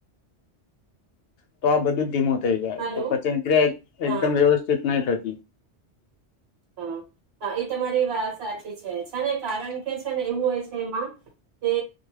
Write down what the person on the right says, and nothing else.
હલો
હા
હા હા એ તમારી વાત સાચી છે જ ને કારણ કે છે ને એવું હોય છે એમાં કે